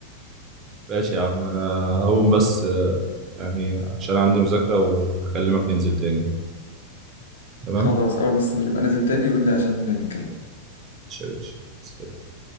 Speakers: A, on the right; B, on the left.
A: ماشي يا عم انا هقوم بس آه، يعني عشان عندي مذاكره وهكلمك ننزل تاني بقى تمام
B: خلاص اول بس ما تبقى نازل تاني يقول لي عشان نتكلم
A: ماشي يا باشا سلام.